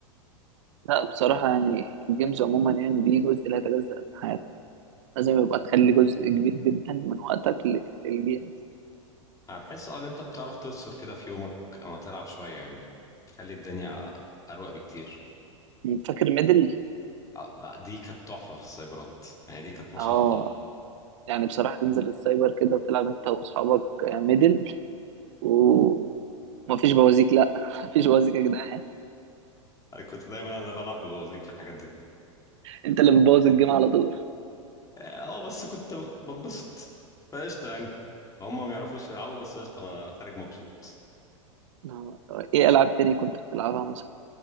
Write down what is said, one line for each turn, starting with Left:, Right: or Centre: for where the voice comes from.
Right: لا بصراحة يعني الجيمز عموما يعني دي جزء لا يتجزأ من حياتك لازم يبقى تخلي جزء كبير جدا من وقتك لل- للجيمز
Left: انا بحس اه ان انت بتعرف تفصل كده في يومك اما تلعب شويه يعني بتخلي الدنيا اروق بكتير
Right: مم. فاكر ميدل؟
Left: آه، لا دي كانت تحفه في السايبرات يعني دي كانت ما شاء
Right: اه
Left: الله
Right: يعني بصراحة تنزل السايبر كده وتلعب انت واصحابك آه، ميدل ومفيش بوازيك لا <laughs> مفيش بوازيك يا جدعان
Left: انا كنت دايما انا بلعب ببوازيك في الحاجات دي
Right: انت اللي بتبوظ الجيم على طول
Left: اه آه، بس كنت بنبسط فقشطه يعني هم ما يعرفوش يلعبوا بس قشطه انا خارج مبسوط
Right: نعم ايه العاب تاني كنت بتلعبها مثلا